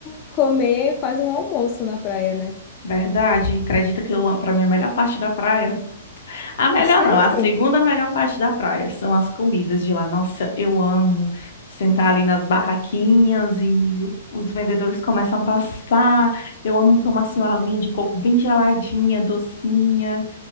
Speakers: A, on the left; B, on the left.
A: comer quase um almoço na praia, né?
B: verdade. Acredita que eu para mim a melhor parte da praia A melhor
A: Sério?
B: não, a segunda melhor parte da praia são as comidas de lá. Nossa, eu amo sentar ali nas barraquinhas e o- os vendedores começam a passar. Eu amo tomar assim uma aguinha de coco bem geladinha, docinha.